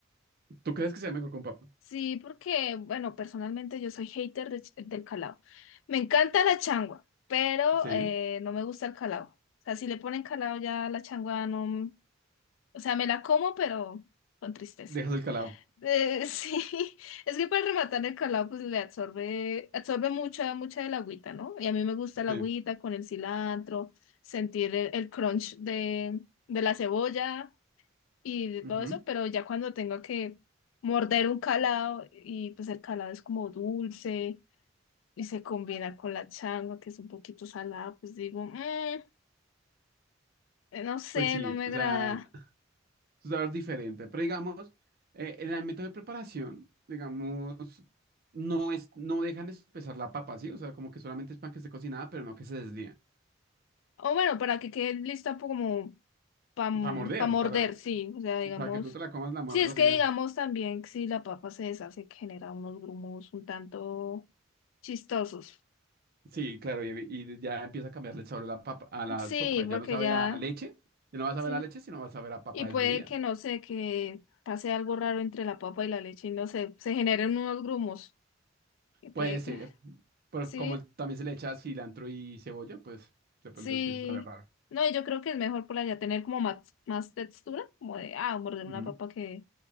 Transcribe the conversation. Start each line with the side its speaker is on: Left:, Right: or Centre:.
Right: ¿Tú crees que sea mejor con papa?
Left: sí, porque, bueno, personalmente yo soy hater de ch- del calado, me encanta la changua, pero
Right: Sí.
Left: eh, no me gusta el calado, o sea, si le ponen calado ya la changua no, O sea, me la como, pero con tristeza.
Right: Dejas el calado.
Left: Eh, <laughs> sí, es que para rematar el calado, pues le absorbe, absorbe mucha, mucha del agüita, ¿no? Y a mí me gusta la
Right: Sí.
Left: agüita con el cilantro, sentir el, el crunch de, de la cebolla y de
Right: Ujú.
Left: todo eso, pero ya cuando tengo que morder un calado y pues el calado es como dulce y se combina con la changua que es un poquito salada, pues digo, "Mm, no sé,
Right: Pues sí,
Left: no me
Right: o
Left: agrada.
Right: sea, es algo diferente. Pero digamos, eh, en el método de preparación, digamos, no es, no dejan espesar la papa, ¿sí? O sea, como que solamente es pan que esté cocinada, pero no que se deslíe.
Left: O bueno, para que quede lista po- como para
Right: Para morder,
Left: morder,
Right: para,
Left: sí. O sea, digamos.
Right: para que tú te la comas, la muerdas
Left: Sí, es que
Right: y ya.
Left: digamos también que si la papa se deshace, que genera unos grumos un tanto chistosos.
Right: Sí, claro, y, y ya empieza a cambiarle el sabor a la papa, a la
Left: Sí,
Right: sopa. Ya
Left: porque
Right: no sabe
Left: ya.
Right: a leche, ya no va a saber
Left: Sí.
Right: a leche, sino va a saber a papa
Left: Y
Right: desleída.
Left: puede que no sé, que pase algo raro entre la papa y la leche y no sé, se generen unos grumos. Que puede
Right: Puede ser,
Left: que.
Right: pero
Left: Sí.
Right: como también se le echa cilantro y cebolla, pues de pronto
Left: Sí,
Right: empieza a saber raro.
Left: no, y yo creo que es mejor por allá tener como más, más textura, como de, ah, morder
Right: Ujú.
Left: una papa que,